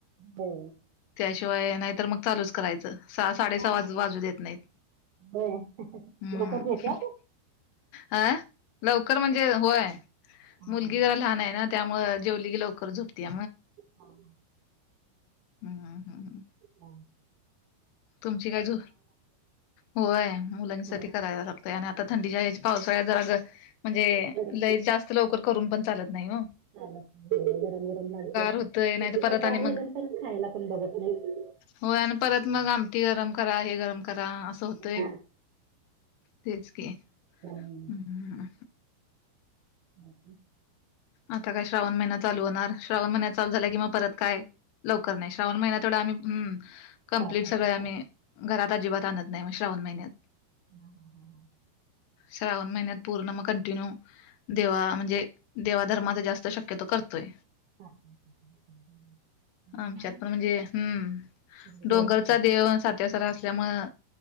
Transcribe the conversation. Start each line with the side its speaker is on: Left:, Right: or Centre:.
Right: बो....
Left: त्याशिवाय नाहीतर मग चालूच करायचं. सहा साडे
Right: हा,
Left: सहा
Right: हा.
Left: वाज वाजू देत नाहीत
Right: होय
Left: हम्म...
Right: लवकर जेवतात
Left: अ लवकर म्हणजे होय
Right: हां
Left: मुलगी
Right: हां
Left: जरा लहान आहे ना.... त्यामुळ जेवली लवकर झोपती
Right: हां
Left: मग....
Right: ह....
Left: तुमची काय झोप... होय मुलांसाठी
Right: हा
Left: करायला लागतय आणि आता थंडीच्या ह पावसाळ्यात जरा ग.... म्हणजे
Right: गरम
Left: लय जास्त लवकर करून पण चालत नाही हं....
Right: लय गरम गरम लागते
Left: होतय नाही तर
Right: मग
Left: परत आणि
Right: गार झाल्यानंतर खायला पण बघत नाही.
Left: हो आणि परत मग आम... त गरम करा हे गरम करा असं होतय
Right: हा.
Left: तेच की,
Right: हम....
Left: हम्म
Right: बाकी....
Left: आता काय श्रावण महिना चालू होणार श्रावण महिन्यात चालू झाल्या किंवा परत काय? लवकर नाही श्रावण महिन्या तेवढा आम्ही हम कमप्लीट
Right: पाळतात
Left: सगळे
Right: असं काय?
Left: आम्ही.... घरात अजिबात आणत नाही मग श्रावण महिन्यात....
Right: ह ह ह ह... <unintelligible>
Left: श्रावण महिन्यात पूर्ण मग कंटिन्यू देवा म्हणजे देवाधर्माचा जास्त शक्यतो करतोय.
Right: <inaudible> श्रावण
Left: आमच्यात
Right: महिन्यात
Left: पण म्हणजे हम्म
Right: सगळीकडेच
Left: डोंगरचा
Right: पाळतात.
Left: देव आणी सातीआसरा असल्यामुळ